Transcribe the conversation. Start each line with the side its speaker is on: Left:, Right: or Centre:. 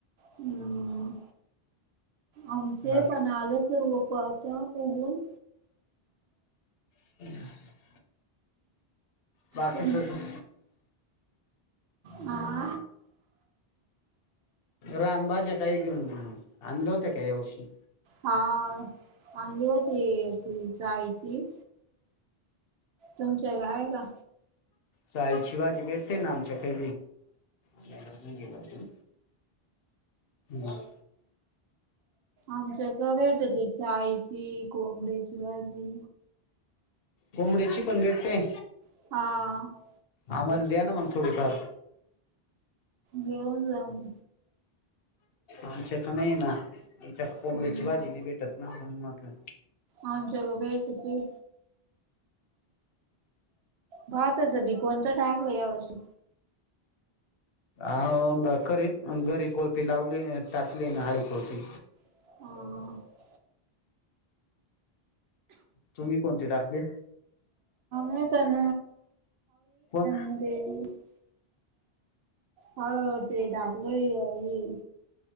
Right: हम्म आमचे
Left: बाकी
Right: पण आले सर्व पात उगऊन
Left: हम् बाकीच
Right: तुम
Left: त
Right: हा
Left: रानबाज काही आणले होत्या का या वर्षी
Right: हा आणली होती एक हिच्या आईची ची् तुमच्या आई हाय का
Left: चाळीची भाजी भेटते ना आमच्याकडं ह्याच्यातन गेला तू हम्
Right: आमच क भेटती चाळीची कोंबरेची भाजी
Left: कोंबड्याची पन भेटते
Right: हा
Left: आम्हाला द्या ना मग थोडीफार
Right: घेऊन जा मग
Left: आमच्याक नाहीये ना आमच्यात कोंबड्याची
Right: हम्म
Left: भाजी नाही भेटत. नको न म्हटलं.
Right: आमच्याक भेटती. भाताचं बी कोणतं टाकू यावर्षी
Left: आ खरीप घरी कोळफी लावली टाकली ना हळी कोळफी
Right: हा
Left: तुम्ही कोणते टाकले?
Right: ऊसन
Left: कोण
Right: <inaudible> ह ते लागलं ह्या वेळी